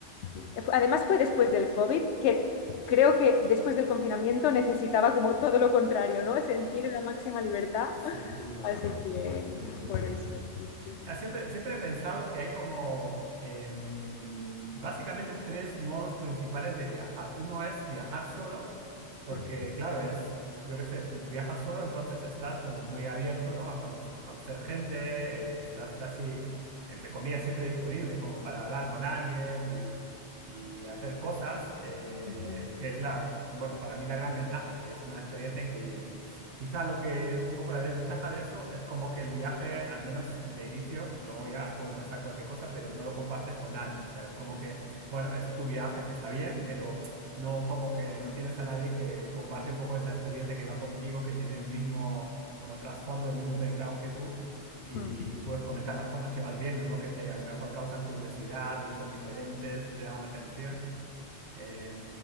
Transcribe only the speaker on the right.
Buah,
sin duda,
sin duda.
Ah, Siempre, siempre he pensado que hay como em, básicamente tres modos principales de viajar. Uno es viajar solo, porque
claro, es, yo qué sé, tú viajas solo, entonces estás como muy abierto, ¿no? A con- conocer gente, eh, estás casi, entre comillas, siempre disponible como para hablar con alguien y, y hacer cosas, eh,
que es la, bueno, para mí la gran ventaja, que es una experiencia increíble. Quizá lo que es un poco la desventaja de eso es como que el viaje, al menos de inicio, luego ya puede pasar cualquier cosa, pero no lo compartes con nadie. O sea, es como que, bueno, es tu viaje, que está bien, pero no como que no tienes a nadie que comparte un poco esa experiencia que va contigo, que tiene el mismo, como trasfondo, el mismo background que tú. Y,
y puedes comentar las cosas que vas viendo, ¿no? Que te a lo mejor causan curiosidad o que son diferentes, te llaman la atención. Eh,